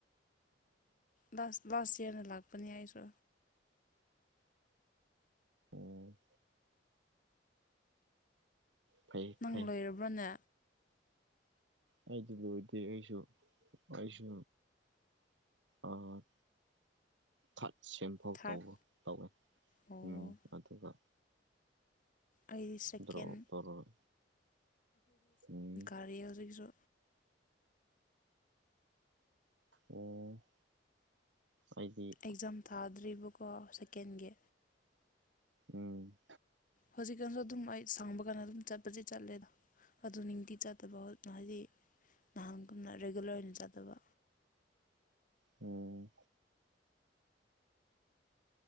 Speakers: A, on the left; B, on the right.
A: ꯂꯥꯁ ꯂꯥꯁ ꯏꯌꯥꯔꯅ ꯂꯥꯛꯄꯅꯤ ꯍꯥꯏꯁꯨ
B: ꯎꯝ ꯐꯩ
A: ꯅꯪ
B: ꯐꯩ
A: ꯂꯣꯏꯔꯕ꯭ꯔꯣꯅꯦ
B: ꯑꯩꯗꯤ ꯂꯣꯏꯗꯔꯤ ꯑꯩꯁꯨ ꯑꯩꯁꯨ ꯑ ꯊꯥꯠ ꯁꯦꯝꯐꯥꯎ
A: ꯊꯥꯔꯠ
B: ꯇꯧꯕ ꯇꯧꯋꯦ
A: ꯑꯣ
B: ꯎꯝ ꯑꯗꯨꯒ
A: ꯑꯩꯗꯤ ꯁꯦꯀꯦꯟ
B: ꯗ꯭ꯔꯧ ꯇꯧꯔꯒ ꯎꯝ
A: ꯇꯥꯔꯤ ꯍꯧꯖꯤꯛꯁꯨ
B: ꯑꯣ ꯍꯥꯏꯗꯤ
A: ꯑꯦꯛꯖꯥꯝ ꯊꯥꯗ꯭ꯔꯤꯕꯀꯣ ꯁꯦꯀꯦꯟꯒꯤ
B: ꯎꯝ
A: ꯍꯧꯖꯤꯛꯀꯥꯟꯁꯨ ꯑꯗꯨꯝ ꯑꯩ ꯁꯪꯕ ꯀꯥꯟꯗ ꯑꯗꯨꯝ ꯆꯠꯄꯁꯤ ꯆꯠꯂꯦꯗ ꯑꯗꯨ ꯅꯨꯡꯇꯤ ꯆꯥꯠꯇꯕ ꯍꯥꯏꯗꯤ ꯅꯍꯥꯟꯒꯨꯝꯅ ꯔꯤꯒꯨꯂꯔ ꯑꯣꯏꯅ ꯆꯥꯠꯇꯕ
B: ꯎꯝ